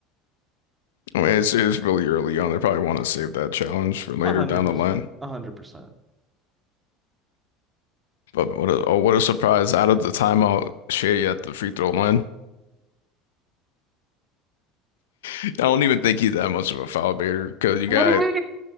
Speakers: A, on the left; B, on the right.
A: I mean, it's it's really early on. They probably want to save that challenge for later
B: A hundred
A: down
B: percent.
A: the line.
B: A hundred percent.
A: But what a oh, what a surprise out of the timeout, Shea at the free throw line. I don't even think he's that much of a foul baiter because you
B: What
A: got.
B: do you mean he did